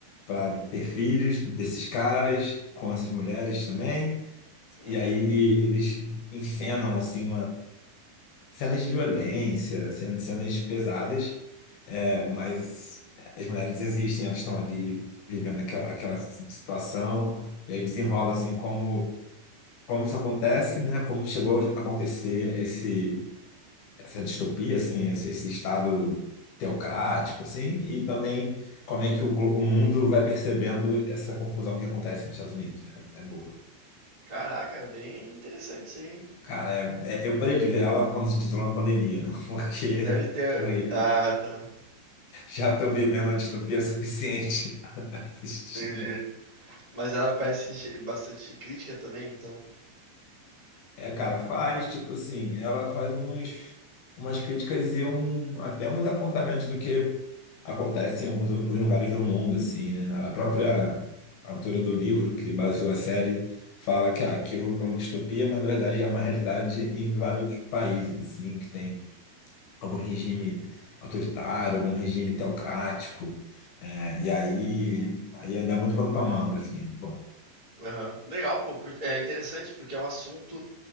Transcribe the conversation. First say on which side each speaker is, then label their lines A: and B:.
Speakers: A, on the left; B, on the left.
A: para ter filhos desses caras com essas mulheres também.
B: Uhum.
A: E aí eles encenam, assim, cenas de violência, cen- cenas pesadas, é, mas as mulheres existem, elas estão ali vivendo aquela, aquela situação, e aí desenrola assim como, como isso acontece, né? Como chegou a acontecer esse, essa distopia, assim, esse, esse estado teocrático, assim, e também como é que o, glo- o mundo vai percebendo essa confusão que acontece nos Estados Unidos, né? É boa.
B: Caraca, bem interessante isso aí, hein?
A: Cara, é- é- eu parei de ver aula quando a gente entrou na pandemia, <laughs> porque
B: Deve ter.
A: aí,
B: Ah, tá.
A: já, estou vivendo a distopia suficiente <laughs> para assistir.
B: Entendi. Mas ela parece chi- bastante crítica também, então.
A: É, cara, faz, tipo assim, ela faz uns, umas críticas e um, até uns apontamentos do que acontece em alguns, alguns lugares do mundo, assim, né? A própria autora do livro que baseou a série fala que ah, aquilo é uma distopia, mas na verdade é uma realidade em vários países, assim, que tem algum regime autoritário, algum regime teocrático. é, e aí, aí ia dar muito pano pra manga, assim. Bom,
B: Aham. Legal, pô. por- É interessante porque é um assunto.